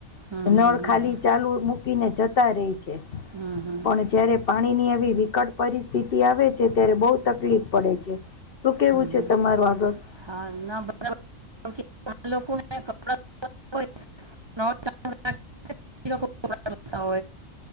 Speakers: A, on the right; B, on the left.
A: હમ
B: નળ
A: હમ હમ
B: ખાલી
A: હમ
B: ચાલુ મૂકીને જતા રહી.
A: હમ હમ
B: પણ જયારે, પાણીની એવી વિકટ પરિસ્થિતિ આવે છે, ત્યારે બહુ તકલીફ પડે છે શું કેવું છે,
A: હમ
B: તમારું આગળ
A: હા ના બરાબર કેમ કે ઘણા લોકોને કપડાં હોય નળ <inaudible> તો